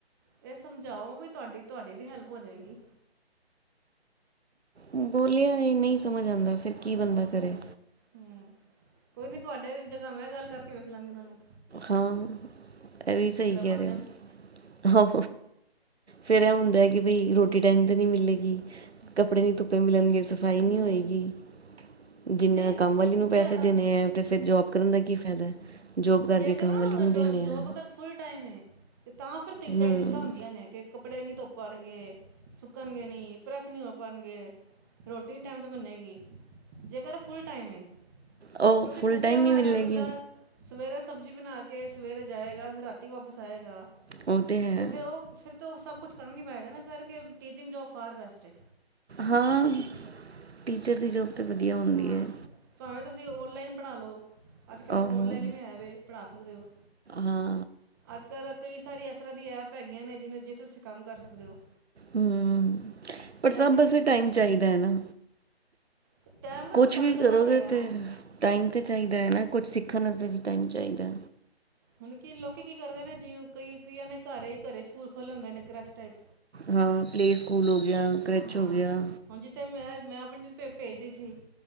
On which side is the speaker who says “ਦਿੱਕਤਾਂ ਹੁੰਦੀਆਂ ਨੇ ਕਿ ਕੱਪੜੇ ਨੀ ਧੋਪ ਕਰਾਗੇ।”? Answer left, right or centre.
Right